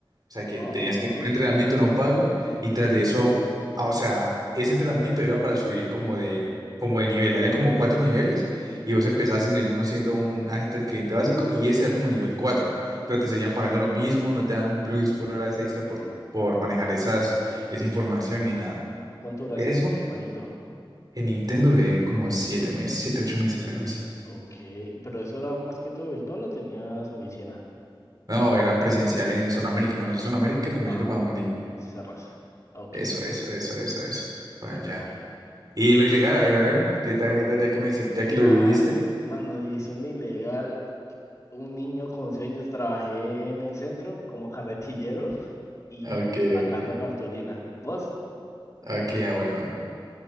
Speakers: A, on the right; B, on the left.
A: O sea, que
B: Ah,
A: tenías que un entrenamiento no pago y tras de eso, ah, o sea, ese entrenamiento era para subir como de, como de nivel. Habían como cuatro niveles y vos empezás en el uno siendo un agente del cliente básico y ese era como nivel cuatro pero te seguían pagando lo mismo, no te dan un plus por horas extra por, por manejar esas, esa información ni nada.
B: ¿y cuánto duraste,
A: Eso
B: manito?
A: en Nintendo duré como siete meses, siete, ocho meses, algo así.
B: Ok, pero eso era más que todo virtual o tenías oficina,
A: No, era presencial en Zona América. ¿Conoces Zona América? Como
B: Ajá.
A: yendo para Mundi.
B: si cerras. Ok,
A: Eso, eso, eso, eso, eso. Para
B: ve
A: allá.
B: pues.
A: Y en lo ilegal, a ver, a ver, ¿qué tal, qué tal? Ya que me, ya que lo
B: Ah,
A: dividiste.
B: Mano, división de ilegal, un niño con sueños, trabajé en el centro como carretillero y
A: Ok,
B: sacando
A: ok.
B: cartulina. ¿Vos?
A: Ok, ah, bueno.